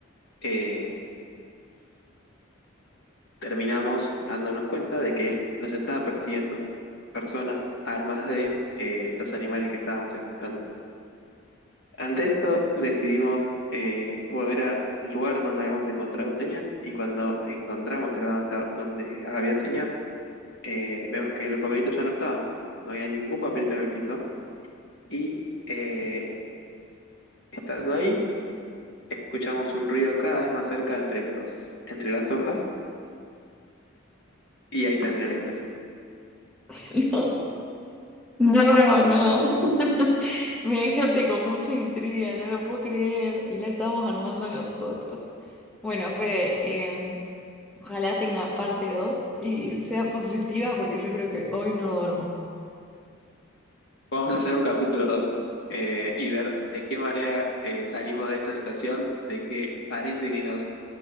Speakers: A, on the left; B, in the centre.
A: eh, terminamos dándonos cuenta de que nos estaban persiguiendo personas, además de eh, los animales que estábamos escuchando. Ante esto, decidimos eh, volver al lugar donde habíamos encontrado señal y cuando encontramos el lugar donde estaba- donde había señal, eh, vemos que los papelitos ya no estaban, no había ningún papelito en el piso y eh, estando ahí, escuchamos un ruido cada vez más cerca entre los, entre las hojas y ahí termina la historia.
B: <laughs> No, no, no. <laughs> Me dejaste con mucha intriga, no lo puedo creer. Y la estamos armando nosotros. Bueno, Fede, em, ojalá tenga parte 2 y sea positiva porque yo creo que hoy no duermo.
A: Vamos a hacer un capítulo 2 y ver de qué manera eh, salimos de esta situación, de que parece que nos